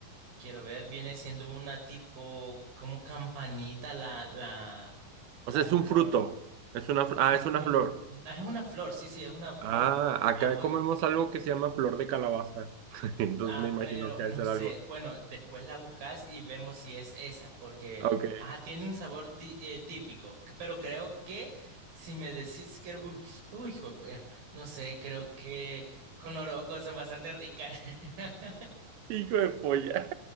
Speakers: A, on the right (about 70°); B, on the right (about 85°).
A: quiero ver, viene siendo una tipo, como campanita la, la, la
B: O sea, es
A: flor.
B: un fruto, es una, fr-
A: Mm,
B: ah, es una
A: No,
B: flor.
A: mm, ah, es una flor, sí, sí, es una flor.
B: Ah, acá
A: Ah, pues,
B: comemos algo que se llama flor de calabaza, <laughs> entonces
A: Ah,
B: me imagino
A: pero
B: que
A: no
B: debe ser
A: sé.
B: algo.
A: Bueno, después la buscas y vemos si es esa, porque,
B: Ok.
A: ajá, tiene un sabor tí- eh, típico, c- pero creo que si me decís que, uf, uy, hijo de puya, no sé, creo que con loroco son bastante ricas. <laughs>
B: Hijo de polla.